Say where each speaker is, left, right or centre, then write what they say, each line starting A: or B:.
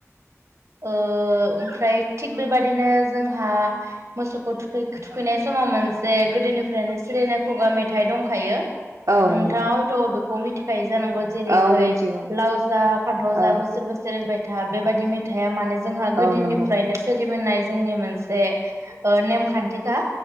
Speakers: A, on the right (about 60°); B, on the right (about 80°).
A: ओ ओमफ्राय बेबादिनो जोंहा मोसौखौ थुखै थुखैनाय समाव मोनस जे गोदोनिफ्रायनो सोलिनाफ खुगा मेथाइ दंखायो।
B: औ
A: नोंथाङा
B: नंगौ
A: हयथ बेखौ मिथि जानांगौ जेरैहैय
B: औ मिथिगौ
A: लाव जा फान्थाव
B: औ
A: जा बोसोर बोसोर एरबाय था बेबायदि मेथाइया मानो जोंहा गोदोनि
B: औ नंगौ
A: फ्रायनो सोलिबोनाय जोंनि मोन से ओ नेमखान खान्थिखा